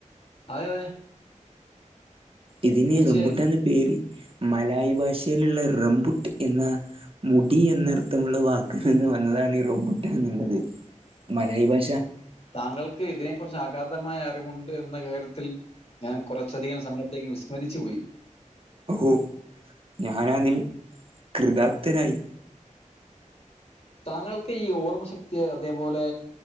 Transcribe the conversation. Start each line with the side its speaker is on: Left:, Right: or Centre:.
Left: അതെ
Right: ഇതിന്
Left: തീർച്ചയായും
Right: റംബുട്ടാൻ എന്ന പേര് മലായി ഭാഷയിലുള്ള റംബുട്ട് എന്ന. മുടി എന്നർത്ഥമുള്ള വാക്കിൽ നിന്ന് വന്നതാണ് ഈറംബുട്ടാൻ എന്നുള്ളത്. മലായ് ഭാഷ
Left: താങ്കൾക്ക് ഇതിനെ കുറിച്ച് അഗാധമായ അറിവുണ്ട് എന്ന കാര്യത്തിൽ ഞാൻ കുറച്ചധികം സമയത്തേക്ക് വിസ്മരിച്ചു പോയി
Right: ഓഹ് ഞാനതിൽ കൃദാർദ്ധനായി
Left: താങ്കൾക്ക് ഈ ഓർമ്മ ശക്തി അതേപോലെ